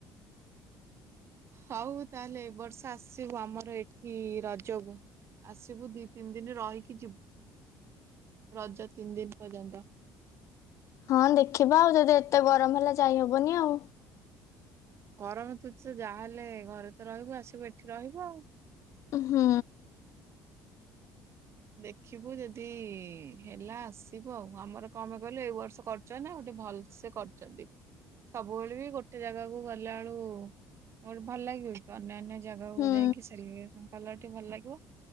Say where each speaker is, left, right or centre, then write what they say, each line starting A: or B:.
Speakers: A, on the right; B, on the left.
A: ହଉ ତାହେଲେ ଏ ବର୍ଷ ଆସିବୁ ଆମର ଏଠି ରଜକୁ ଆସିବୁ ଦି ତିନି ଦିନ ରହିକି ଯିବୁ ରଜ ତିନି ଦିନ ପର୍ଯ୍ୟନ୍ତ।
B: ହଁ ଦେଖିବା ଆଉ ଯଦି ଏତେ ଗରମ ହେଲା ଯାଇହବନି ଆଉ।
A: କରମ ତୁଛ ଯାହାହଲେ ଘରେ ତ ରହିବୁ ଆସିବୁ ଏଠି ରହିବୁ ଆଉ।
B: ହୁଁ।
A: ଦେଖିବୁ ଯଦି ହେଲା ଆସିବୁ ଆଉ ଆମର କଣପାଇଁ କହିଲୁ ଏଇ ବର୍ଷ କରିଛନ୍ତି ଆଉ ଗୋଟେ ଭଲ ସେ କରିଛନ୍ତି ସବୁବେଳେ ବି ଗୋଟେ ଜାଗାକୁ ଗଲାବେଳୁ ଭଲ ଲାଗିବ କି ଅନ୍ୟାନ୍ୟ ଜାଗାକୁ
B: ହୁଁ
A: ଯାଇଁକି ସେଲ୍ ଗଲାଠୁ ଭଲ ଲାଗିବ